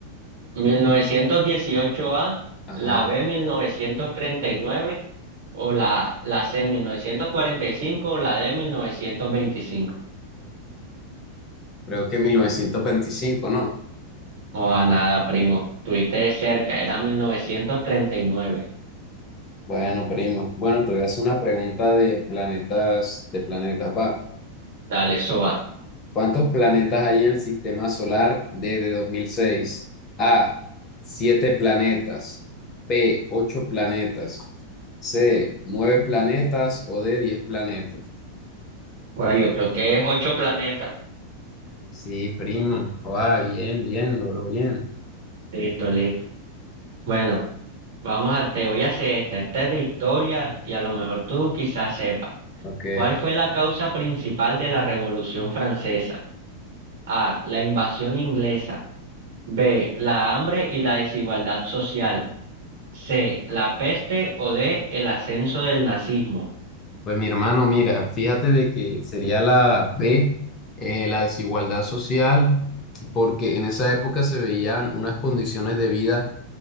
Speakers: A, on the right; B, on the left.
A: 1918A,
B: Ajá,
A: la B 1939 o la, la C 1945 o la D 1925.
B: creo que mil novecientos veinticinco ¿no?
A: No va nada, primo. Tuviste de cerca, era 1939.
B: Bueno, primo. Bueno, te voy a hacer una pregunta de planetas, de planetas, va.
A: Dale, eso va.
B: ¿Cuántos planetas hay en el sistema solar desde dos mil seis A, 7 planetas, B, 8 planetas, C, 9 planetas o D, 10 planetas.
A: Bueno, yo creo que es ocho planetas.
B: Sí, primo. Ah, bien, bien, lo veo bien.
A: Listo, listo. Bueno, vamos a, te voy a hacer esta. Esta es de historia y a lo mejor tú quizás sepas.
B: Ok.
A: ¿Cuál fue la causa principal de la Revolución Francesa? A. La invasión inglesa. B. La hambre y la desigualdad social. C. La peste o D. El ascenso del nazismo.
B: Pues mi hermano, mira, fíjate de que sería la B, eh, la desigualdad social, porque en esa época se veían unas condiciones de vida